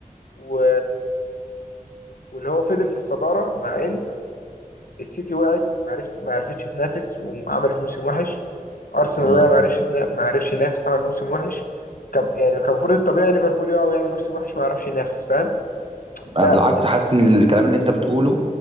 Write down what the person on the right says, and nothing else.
مم.
أنا بالعكس
حاسس ان الكلام اللي انت بتقوله